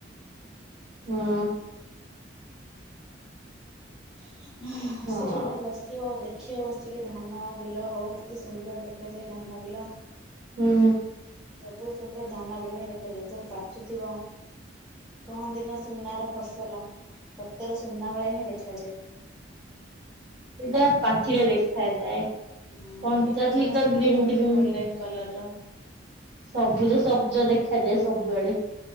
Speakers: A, on the right; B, in the centre.
A: ହଁ
B: ହୁଁ। ହ ହୁଁ
A: ହଁ
B: ସେଠି ଗୋଟେ ବସିବ ଦେଖ ଦେଖିବ ବସିକି ଧାନ ବିଲ ହଉ କେତେ ସୁନ୍ଦର ଦେଖାଯାଏ ଧାନ ବିଲ।
A: ହୁଁ।
B: ସବୁ ସୁନ୍ଦର ଧାନ ବିଲ ଦେଖାଯାଏ ଯେତେବେଳ ପାଚୁଥିବ କମ୍ ଦିନା ସୁନାର ଫସଲ। ସତ୍ ସତରେ ସୁନା ଭଳିଆ ହିଁ ଦେଖାଯାଏ।
A: ସେଇଟା ପାଚିଲେ ଦେଖାଯାଏ।
B: ହୁଁ
A: କଞ୍ଚା
B: ଟିକେ ପାଚି
A: ଥିଲେ
B: ଆସୁଥିବ
A: ତ ଗ୍ରୀନ୍ ଗ୍ରୀନ୍
B: ଗୋଲଡେନ କଲର ର।
A: ସବୁଜ ସବୁଜ ଦେଖାଯାଏ ସବୁଆଡେ।